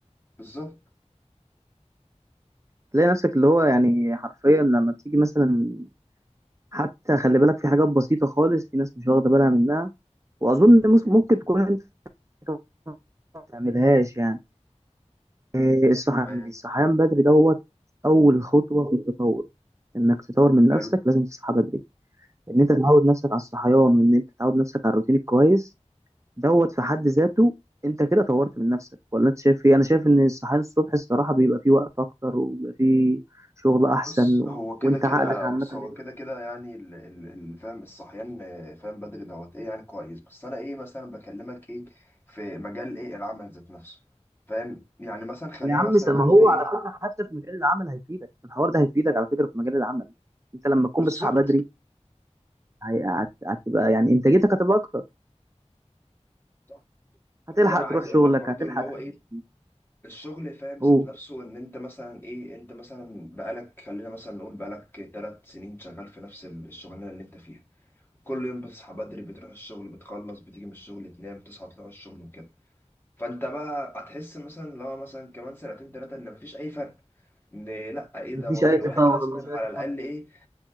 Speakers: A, on the left (about 20°); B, on the right (about 25°).
A: بالظبط
B: هتلاقي نفسك اللي هو يعني حرفيا لما تيجي مثلا حتى خلي بالك في حاجات بسيطة خالص في ناس مش واخدة بالها منها واظن مس-
A: مم.
B: ممكن تكون انت كمان ما تعملهاش يعني إيه الصحيان
A: تمام
B: دي الصحيان بدري دوت اول خطوه في التطور انك تطور من نفسك
A: حلو
B: لازم تصحى بدري ان انت تعود نفسك على الصحيان وان انت تعود نفسك على الروتين الكويس دوت في حد ذاته انت كده طورت من نفسك ولا انت شايف ايه انا شايف ان الصحيان الصبح الصراحه بيبقى فيه وقت اكتر وبيبقى فيه شغل احسن
A: بص
B: و...
A: هو كده
B: وانت
A: كده
B: عقلك عامه
A: بص
B: بيبقى-
A: هو كده كده يعني ال- ال- ال- فاهم الصحيان آه، فاهم بدري دوت ايه يعني كويس بس انا ايه مثلا بكلمك ايه في مجال ايه العمل ذات نفسه فاهم يعني مثلا خلينا
B: يا عم
A: مثلا
B: س- ما
A: نقول
B: هو
A: ايه
B: على فكره حتى في مجال العمل هيفيدك الحوار ده هيفيدك على فكره في مجال العمل انت لما تكون
A: بالظبط
B: بتصحى بدري هي- هت- هتبقى يعني انتاجيتك هتبقى اكتر
A: صح.
B: هتلحق
A: بس انا عايز
B: تروح شغلك
A: اقول لك برضو
B: هتلحق
A: اللي هو
B: تعيش
A: ايه الشغل فاهم ذات
B: هو
A: نفسه ان انت مثلا ايه انت مثلا بقالك خلينا مثلا نقول بقالك ثلاث سنين شغال في نفس ال- الشغلانه اللي انت فيها كل يوم بتصحى بدري بتروح الشغل بتخلص بتيجي من الشغل تنام تصحى تروح الشغل وكده فانت بقى هتحس مثلا لو مثلا كمان سنتين ثلاثه ان مفيش اي فرق ان لا ايه
B: مفيش
A: دوت
B: اي
A: الواحد
B: تطور
A: لازما
B: مفيش
A: على
B: اي تطور
A: الاقل ايه